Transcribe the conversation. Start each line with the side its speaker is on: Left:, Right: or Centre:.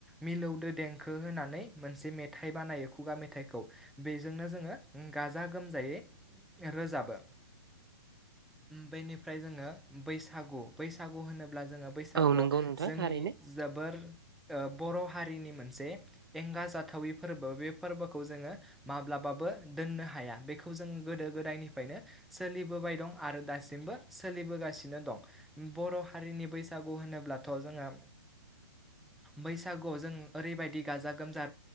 Centre: मिलौदो देंखो होनानै मोन से मेथाइ बानायो खुगा मेथाइखौ बेजोंनो जोङो गाजा गोमजायै रोजाबो। बेनिफ्राय जोङो बैसागु बैसागु होनो ब्ला जोङो बैसागुआव
Right: औ नंगौ नोंथां
Centre: जोंनि
Right: थारैनो
Centre: जोबोर ओ बर' हारिनि मोनसे एंगा जाथावि फोरबो बे फोरबोखौ जोङो माब्लाबाबो दोननो हाया बेखौ जों गोदो गोदायनिफ्रायनो सोलिबोबाय दं आरो दासिमबो सोलिबोगासिनो दं बर' हारिनि बैसागु होनोब्लाथ' जोङो बैसागुआव जों ओरैबायदि गाजा गोमजा